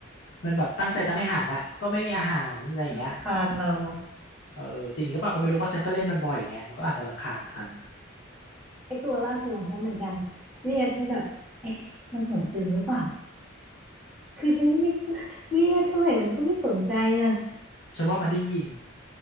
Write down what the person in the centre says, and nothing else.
รำคานเราอ่ะ
ไอตัวล่าสุดของฉันเหมือนกันเรียกนี่แบบเอ๊ะมันหูตึงหรือเปล่าคือฉันเรียกเรียกเท่าไหร่มันก็ไม่สนใจนะ